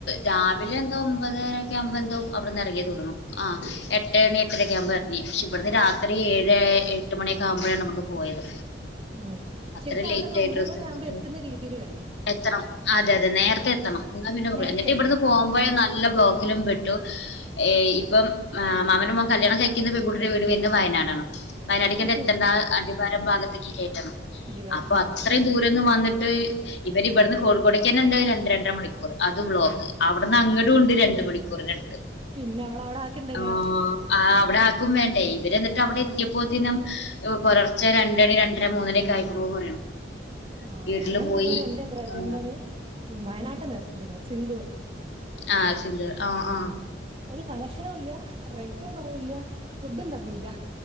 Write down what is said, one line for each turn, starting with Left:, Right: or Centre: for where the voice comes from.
Left: രാവിലെ എന്തോ ഒമ്പതരൊക്കെ ആവുമ്പോ എന്തോ അവിടുന്ന് ഇറങ്ങീന്ന് തോന്നണു ആഹ് എട്ട് എണി എട്ടരക്കെ ആകുമ്പോ എറങ്ങി പക്ഷെ ഇവിടുന്ന് രാത്രി ഏഴ് എട്ട് മണിയൊക്കെ ആവുമ്പഴാണ് ഇവിടുന്ന് പോയത്
Right: ഉം
Left: അത്ര
Right: ശരിക്ക്‌
Left: ലേറ്റ്
Right: അവിടെ ഒരു
Left: ആയി
Right: ഒമ്പത്
Left: ഡ്രസ്സ്
Right: മണി
Left: എടുത്തിട്ട്
Right: ആവുമ്പൊ എത്തുന്ന രീതില് വേണം
Left: എത്തണം അതെ അതെ നേരത്തെ എത്തണം എന്ന പിന്നെ <unintelligible>
Right: നേരത്തെ
Left: എന്നിട്ട് ഇവിടുന്ന്
Right: എത്തണം.
Left: പോകുമ്പഴേ നല്ല ബ്ലോക്കിലും പെട്ടു ഏഹ് ഇപ്പം മാ മാമന്റെ മോൻ കല്യാണം കഴിക്കുന്ന പെൺകുട്ടിയുടെ വീട് വരുന്നെ വയനാടാണ് വയനാട്ടിക്കണ്ട്
Right: ആഹ് ശരി
Left: എത്തെണ്ടാ അടിവാരം ഭാഗത്തേക്ക് കേറ്റണം
Right: അടിവാരം
Left: അപ്പൊ
Right: ആഹ്
Left: അ ത്രയും ദൂരേന്ന് വന്നിട്ട് ഇവരി ഇവിടുന്ന് കോഴിക്കോട്ടേക്ക് തന്നെണ്ട് രണ്ട് രണ്ടര മണിക്കൂറ് അത് ബ്ലോക്ക്
Right: ഓഹ്
Left: അവിടുന്ന് അങ്ങടും ഉണ്ട് രണ്ടു മണിക്കൂറിനടുത്ത്
Right: പിന്നെ അവള അവിടെ ആക്ക്ണ്ടല്ലേ
Left: ആഹ് ആഹ് അവിടെ ആക്കും വേണ്ടേ ഇവര് എന്നിട്ട് അവിടെ
Right: ഞങ്ങ
Left: എത്തിയപ്പോത്തിനം ഇപ്പ പുലർച്ച രണ്ടണി രണ്ടര മൂന്നുമണീക്ക ആയിക്കണൂന്നു പറയണു
Right: ആഹ്
Left: വീട്ടില്
Right: ഞങ്ങള്
Left: പോയി
Right: ഇതുപോലെ എന്റെ ബ്രദറിന്റത്
Left: ആ
Right: ഉം വയനാട്ടിന്ന എടുത്തിരുന്നത് സിന്ദൂർ
Left: ആഹ് സിന്ദൂറ് ആഹ് ആഹ്
Right: ഒരു കളക്ഷനും ഇല്ല റേറ്റും കുറവില്ല ഫുഡും തന്നില്ല